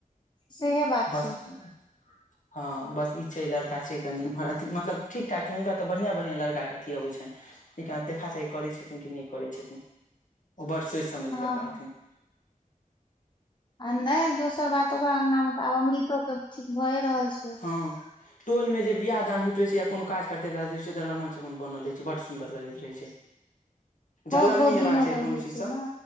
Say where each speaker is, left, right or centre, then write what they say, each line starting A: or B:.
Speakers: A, on the left; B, on the left.
A: सेहे बात
B: बस
A: छै
B: उम्म हां बस ई छै जे लड़का छै कनि इम्हर अथि मतलब ठीक-ठाक छै, हुनका तऽ बढ़िया-बढ़िया लड़का के अथि अबै छैन। लेकिन आब देखना चाही करै छथिन कि नै करै छथिन ओ बड सोच समझ
A: हँ
B: कै करथिन।
A: हँ आ नै दोसर बात ओकरा अंगना मे तै आब अमृतो के ठीक भ ए रहल छै।
B: हँ टोल मे जे बियाह दान होइत रहे छै या कोनो काज करते रहे छै तऽ रमण-चमन बनल रहै छै, बड सुन्दर लगैत रहै छै।
A: बहुत
B: जलन
A: बहुत
B: नै हेबाक
A: दिनो
B: चाही
A: पर
B: कोनो
A: होइ
B: चीज
A: छै
B: से।
A: ने